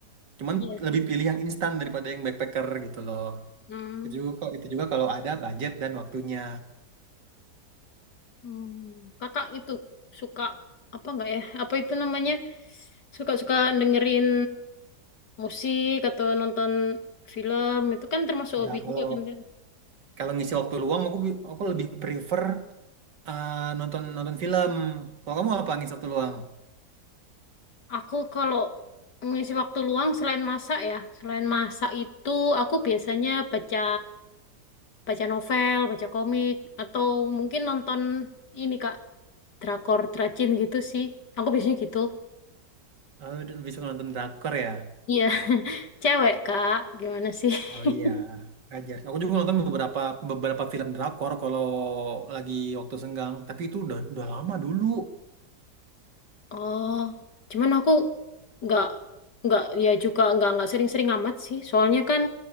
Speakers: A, on the right (about 75°); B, on the left (about 70°).
A: cuman
B: Iya.
A: lebih
B: sih.
A: pilih yang instan daripada yang backpacker gitu loh.
B: Hmm.
A: Itu juga, itu juga kalau ada budget dan waktunya.
B: Hmm, kakak itu suka apa nggak ya? Apa itu namanya? Suka-suka dengerin musik atau nonton film itu kan termasuk hobi
A: Ya kalau
B: juga kan Kak?
A: kalau ngisi waktu luang aku bi- aku lebih prefer eh, nonton nonton film. Kalau kamu apa ngisi waktu luang?
B: Aku kalau mengisi waktu luang selain masak ya, selain masak itu aku biasanya baca baca novel, baca komik atau mungkin nonton ini Kak, drakor, dracin gitu sih. Aku biasanya gitu.
A: Oh, dulu bisa nonton drakor ya?
B: Iya, <laughs> cewek Kak, gimana sih?
A: Oh
B: <laughs>
A: iya, ngajar. Aku juga nonton beberapa beberapa film drakor kalau lagi waktu senggang. Tapi itu udah udah lama dulu.
B: Oh, cuman aku nggak nggak ya juga nggak nggak sering-sering amat sih. Soalnya kan